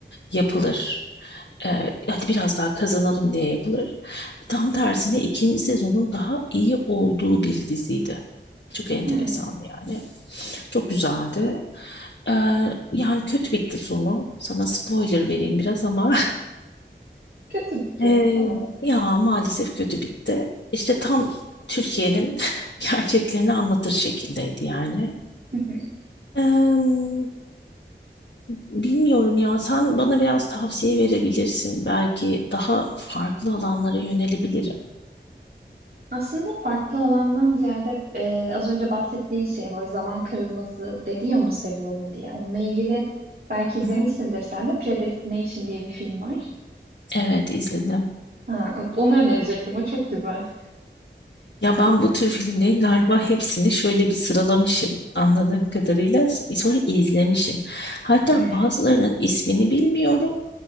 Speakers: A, on the left; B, on the right.
A: yapılır. E, hadi biraz daha kazanalım diye yapılır. Tam tersine ikinci sezonun daha iyi olduğu bir diziydi. Çok enteresandı
B: Hmm.
A: yani. Çok güzeldi. E, yani kötü bitti sonu. Sana spoiler vereyim biraz ama
B: Kötü bitti.
A: ee,
B: Tamam.
A: ya maalesef kötü bitti. İşte tam Türkiye'nin <laughs> gerçeklerini anlatır şekildeydi yani.
B: Hı hı.
A: Ee, bilmiyorum ya sen bana biraz tavsiye verebilirsin. Belki daha farklı alanlara yönelebilirim.
B: Aslında farklı alandan ziyade e, az önce bahsettiğin şey böyle zaman kırılması dedi ya onu seviyorum diye. Onunla ilgili belki izlemişsindir
A: Hı hı.
B: sen de Predestination diye bir film var.
A: Evet izledim.
B: Ha, onu önerecektim. O çok güzel.
A: Ya ben bu tür filmlerin galiba hepsini şöyle bir sıralamışım anladığım kadarıyla. Sonra izlemişim. Hatta
B: Hmm.
A: bazılarının ismini bilmiyorum.